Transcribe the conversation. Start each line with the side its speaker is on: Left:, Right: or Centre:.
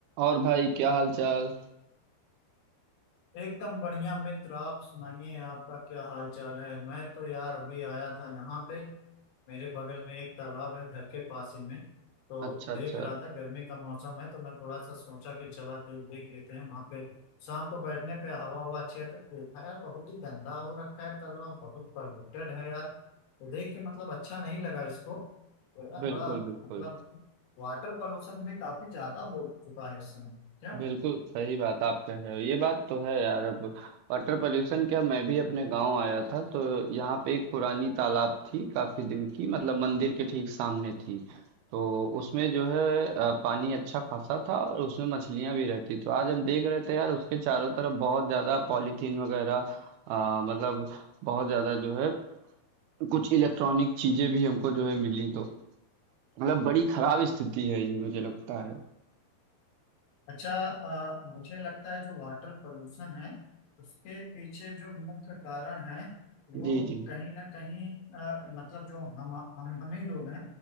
Right: और भाई क्या हाल चाल
Left: एकदम बढ़िया मित्र आप सुनाइए आपका क्या हाल चाल है मैं तो यार अभी आया था यहाँ पे मेरे बगल में एक तालाब है घर के पास ही में तो
Right: अच्छा
Left: देख
Right: अच्छा
Left: रहा था गर्मी का मौसम है तो मैं थोड़ा सा सोचा कि चला देख देख लेते हैं वहाँ पे शाम को बैठने पे हवा हवा अच्छी आती है। तो देखा यार बहुत ही गंदा हो रखा है तालाब बहुत पॉल्यूटेड है यार तो देख के मतलब अच्छा नहीं लगा इसको तो यार बड़ा
Right: बिल्कुल बिल्कुल
Left: मतलब वाटर पॉल्यूशन भी काफी ज्यादा हो चुका है इस समय क्यों
Right: बिल्कुल सही बात आप कह रहे हो ये बात तो है यार अब वाटर पोल्यूशन क्या मैं भी अपने गांव आया था तो यहाँ पे एक पुरानी तालाब थी काफी दिन की मतलब मंदिर के ठीक सामने थी तो उसमें जो है अ, पानी अच्छा खासा था और उसमें मछलियां भी रहती तो आज हम देख रहे थे यार उसके चारों तरफ बहुत ज्यादा पॉलीथीन वगैरह अ, मतलब बहुत ज्यादा जो है कुछ इलेक्ट्रॉनिक चीजें भी हमको जो है मिली तो मतलब बड़ी खराब स्थिति है ये मुझे लगता है
Left: अच्छा अ, मुझे लगता है जो वाटर पोल्यूशन है उसके पीछे जो मुख्य कारण है वो
Right: जी जी
Left: कहीं ना कहीं अ, मतलब जो हम हम हम ही लोग हैं